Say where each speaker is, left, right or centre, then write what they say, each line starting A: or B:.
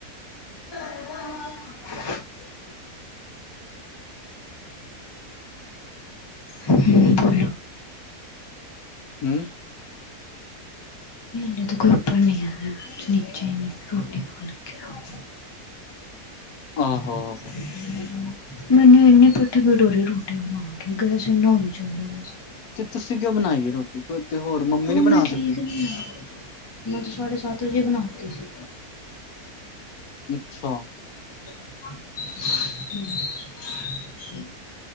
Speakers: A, on the left (about 25°); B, on the left (about 75°).
A: <inaudible> ਹਮ <inaudible> ਬਲੋ
B: ਹਨਾ
A: ਜਦੋਂ ਕੋਈ ਉਪਰ ਨ 'ਚ ਨੀਚੇ ਰੋਟੀ ਖਾਂ ਲਗੇ ਆ।
B: ਆਹੋ
A: <inaudible>
B: ਆਹੋ।
A: ਮੈਨੂੰ ਇਨੀ ਪਿੱਠ ਪੀੜ ਰਹੀ ਰੋਟੀ ਬਣਾ ਕੇ ਗੈਸ ਇੰਨਾ ਹੌਲੀ ਚਲਦਾ ਪਿਆ ਸੀ।
B: ਤੇ ਤੁਸੀਂ ਕਿਉਂ ਬਣਾਈ ਹੈ ਰੋਟੀ ਤੇ ਹੋਰ
A: ਮੰਮੀ
B: ਨੀ ਬਣਾ
A: ਠੀਕ
B: ਸਕਦੀ
A: ਨਹੀਂ ਆ। ਮੈਂ ਤੋਂ ਸਾਢੇ ਸੱਤ ਵਜੇ ਬਣਾਤੀ ਸੀ।
B: ਅੱਛਾ
A: ਹ <inaudible>